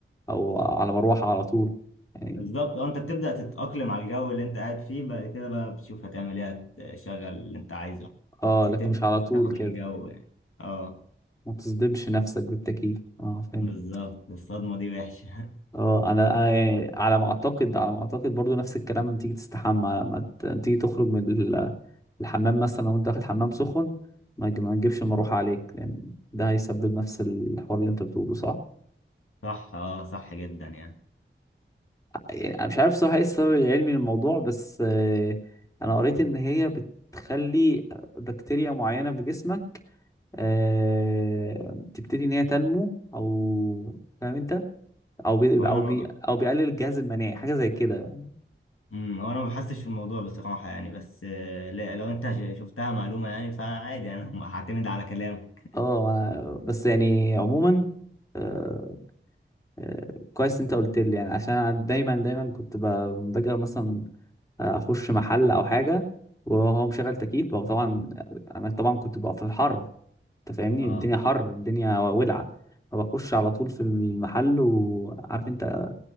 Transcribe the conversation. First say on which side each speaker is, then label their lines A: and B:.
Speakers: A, on the left (about 15°); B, on the left (about 80°).
A: او على مروحه على طول يعني
B: بالظبط اه انت بتبدأ تتأقلم على الجو اللي انت قاعد فيه بعد كده بقى بتشوف هتعمل ايه تشغل اللي انت عايزه
A: اه
B: تبدأ
A: لكن مش على
B: بس
A: طول
B: تاخد
A: كده
B: على الجو يعني اه
A: ما تصدمش نفسك بالتكييف اه فهمت
B: بالظبط الصدمة دي وحشة
A: اه انا انا يعني على ما اعتقد على ما اعتقد برضو نفس الكلام لما تيجي تستحمى لما ت- لما تيجي تخرج من ال- الحمام مثلا لو انت واخد حمام سخن ما تج- ما تجيبش المروحه عليك لان ده هيسبب نفس الحوار اللي انت بتقوله صح
B: <laughs> صح اه صح جدا يعني
A: يعني انا مش عارف صراحه ايه السبب العلمي للموضوع بس آه، انا قريت ان هي بتخلي بكتيريا معينه في جسمك آه، تبتدي ان هي تنمو او فاهم انت او بي
B: هو انا
A: او
B: ما
A: بي
B: ب...
A: او بيقلل الجهاز المناعي حاجه زي كده
B: مم، هو انا ما بحسش في الموضوع بصراحة يعني بس آه، لا لو انت ش- شفتها معلومة يعني فعادي <laughs> انا هعتمد على كلامك
A: اه ما- بس يعني عموما آه، آه، كويس انت قلت لي يعني عشان انا دايما دايما كنت ب- باجي مثلا آه، اخش محل او حاجه وهو مشغل تكييف بقى طبعا انا طبعا كنت بقى في الحر انت فاهمني
B: اه
A: الدنيا حر الدنيا ولعه فبخش على طول في المحل وعارف انت